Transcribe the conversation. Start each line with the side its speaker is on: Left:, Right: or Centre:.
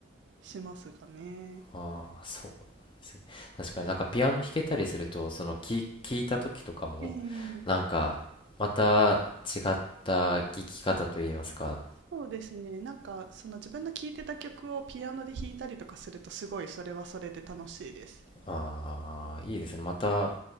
Right: しますかね。
Left: あ、ああ、そうなんですね。確かになんかピアノ弾けたりすると、その聞、聞いた時とかも、
Right: ええ
Left: なんかまた違った聞き方といいますか、
Right: あそうですね。なんかその自分の聴いてた曲をピアノで弾いたりとかするとすごいそれはそれで楽しいです。
Left: ああ、いいですね。また